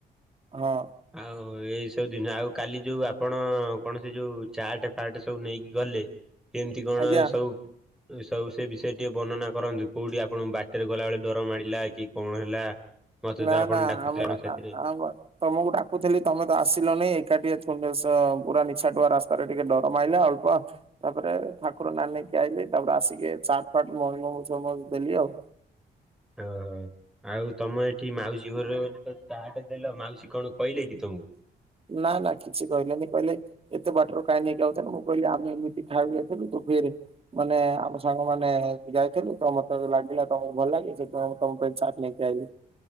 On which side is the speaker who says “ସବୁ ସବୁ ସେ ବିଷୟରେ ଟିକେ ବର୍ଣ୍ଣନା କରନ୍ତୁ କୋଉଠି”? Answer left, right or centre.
Centre